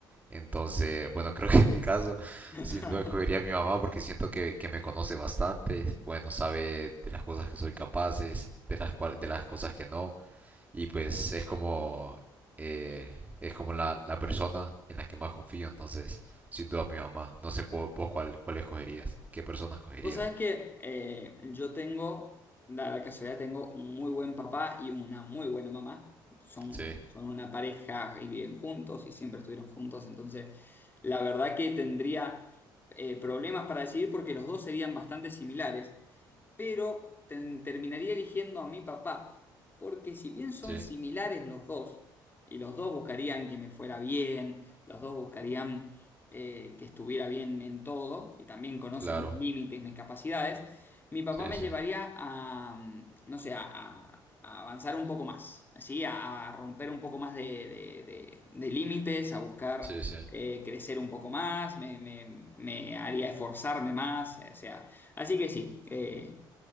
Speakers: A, on the right (about 20°); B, on the left (about 25°).
A: Entonces, bueno, <laughs> creo que en mi caso,
B: <laughs>
A: sin duda escogería a mi mamá porque siento que, que me conoce bastante, bueno, sabe de las cosas que soy capaces, de las cual- de las cosas que no, y pues es como eh, es como la, la persona en la que más confío, entonces, sin duda mi mamá. No sé cu- vos cuál cuál escogerías, qué persona escogerías.
B: Vos sabés que eh, yo tengo, da la casualidad, tengo un muy buen papá y una muy buena mamá. Son,
A: Sí,
B: son una pareja y viven juntos y siempre estuvieron juntos. Entonces, la verdad que tendría eh, problemas para decidir porque los dos serían bastante similares. pero ten- terminaría eligiendo a mi papá, porque si bien son
A: sí,
B: similares los dos, y los dos buscarían que me fuera bien, los dos buscarían eh, que estuviera bien en todo, y también conocen
A: claro.
B: mis límites, mis capacidades, mi papá
A: Sí,
B: me
A: sí,
B: llevaría a, mm, no sé, a, a- a avanzar un poco más, así, a, a romper un poco más de, de- de- de límites, a buscar
A: sí, sí.
B: eh, crecer un poco más, me, me- me haría esforzarme más, o sea, así que sí, eh,